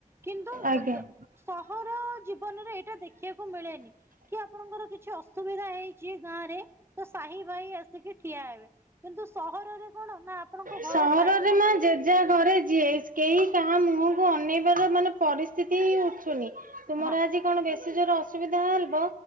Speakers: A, on the right; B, on the right.
A: କିନ୍ତୁ
B: ଆଜ୍ଞା।
A: ସହର ଜୀବନରେ ଏଇଟା ଦେଖିବାକୁ ମିଳେନି। କି ଆପଣଙ୍କର କିଛି ଅସୁବିଧା ହେଇଚି ଗାଁ ରେ ତ ସାହି ଭାଇ ଆସିକି ଠିଆ ହେବେ। କିନ୍ତୁ ସହରରେ କଣ ନା ଆପଣଙ୍କ
B: ସହରରେ
A: ଘର ସାଇଟ୍ ରେ
B: ମା ଯେଝା ଘରେ ଯିଏ। କେହି କାହା ମୁହଁକୁ ଅନେଇବାର ମାନେ ପରିସ୍ଥିତି ହିଁ ଉଠୁନି। ତୁମର
A: ହଁ
B: ଆଜି କଣ ବେଶୀ ଜୋରେ ଅସୁବିଧା ହେବ,